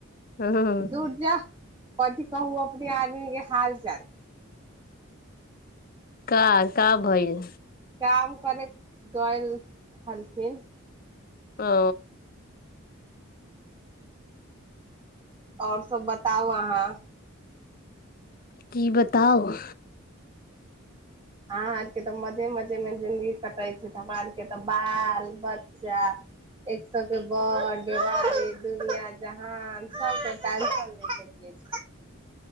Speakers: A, on the left (about 40°); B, on the right (about 20°).
A: हूं
B: धुर जाउ। कथि कहु अपने आदमी के हाल चाल।
A: का का भइल
B: काम करैत क रहलखिन।
A: ओ।
B: आओर सब बताउ अहाँ।
A: की बताउ।
B: अहाँ आरके तऽ मजे-मजे में जिंगी कटैत। हमरा आरके तऽ बाल बच्चा। जा एक सबके बड़ बेमारी दुनिया जहान सबके टेंशन लेके जिय छै